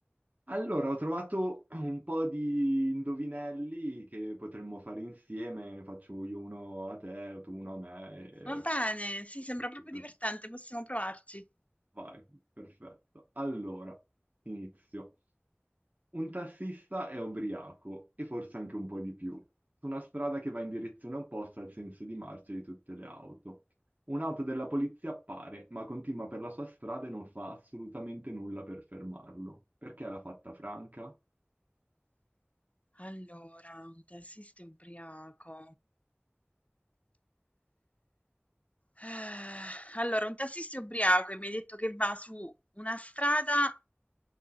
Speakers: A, on the right; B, on the left.
A: Allora, ho trovato un po' di indovinelli che potremmo fare insieme, ne faccio io uno a te, tu uno a me, e...
B: Va bene, sì, sembra
A: così,
B: proprio
A: così.
B: divertente, possiamo provarci.
A: Vai, perfetto. Allora, inizio. Un tassista è ubriaco e forse anche un po' di più, su una strada che va in direzione opposta al senso di marcia di tutte le auto. Un'auto della polizia appare, ma continua per la sua strada e non fa assolutamente nulla per fermarlo. Perché l'ha fatta franca?
B: Allora, un tassista ubriaco. Ah, Allora, un tassista ubriaco e mi hai detto che va su una strada